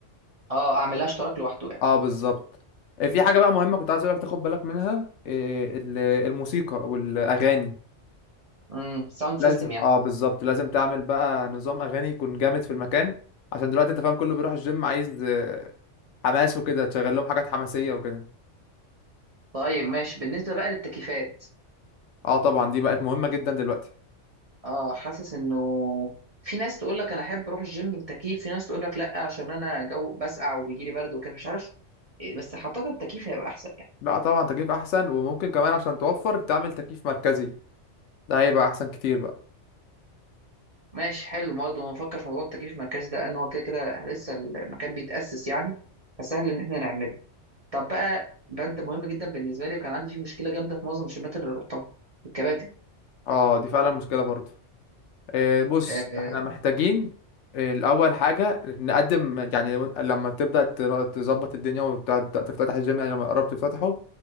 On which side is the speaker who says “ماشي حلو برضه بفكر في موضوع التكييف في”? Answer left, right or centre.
Right